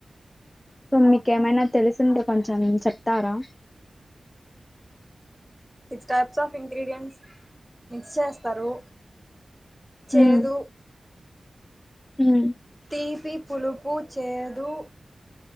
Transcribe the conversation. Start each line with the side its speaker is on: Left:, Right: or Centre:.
Left: సో మీకేమైనా తెలుసింటే కొంచెం చెప్తారా
Centre: six types of ingredients mix చేస్తారూ చేదు
Left: ఉమ్, ఉమ్.
Centre: తీ పి పులుపు చేదు